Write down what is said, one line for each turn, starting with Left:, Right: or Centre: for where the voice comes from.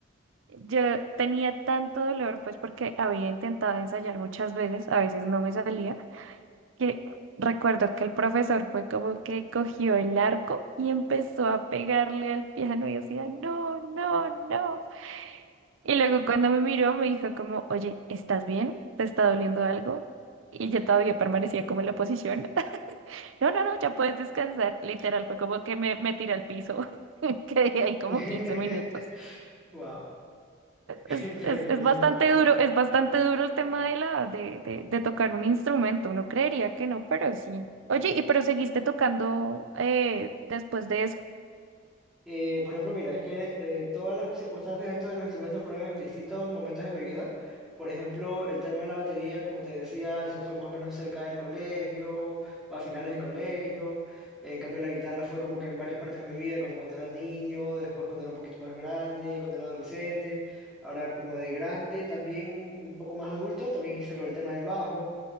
Right: Yo tenía tanto dolor pues porque había intentado ensayar muchas veces, a veces no me salía, que recuerdo que el profesor fue como que cogió el arco y empezó a pegarle al piano y decía, no, no, no. Y luego cuando me miró me dijo como, oye, ¿estás bien? ¿Te está doliendo algo? Y yo todavía permanecía como en la posición. <laughs> No, no, no, ya puedes descansar. Literal, fue como que me, me tiré al piso. <laughs> Quedé ahí como
Centre: <laughs>
Right: 15 minutos.
Centre: Wow, <laughs>
Right: Es,
Centre: increíble
Right: es, es bastante
Centre: esa parte.
Right: duro, es bastante duro el tema de la, de, de, de tocar un instrumento. Uno creería que no, pero sí. Oye, ¿y pero seguiste tocando eh, después de eso?
Centre: Eh, por ejemplo, mira, es que eh, todas las circunstancias de estos de los instrumentos fueron en distintos momentos de mi vida. Por ejemplo, el tema de la batería, como te decía, eso fue más o menos cerca del colegio o a finales de colegio. En cambio, la guitarra fue como que en varias partes de mi vida, como cuando era niño, después cuando era un poquito más grande, cuando era adolescente. Ahora como de grande, también un poco más adulto, también hice lo del tema del bajo.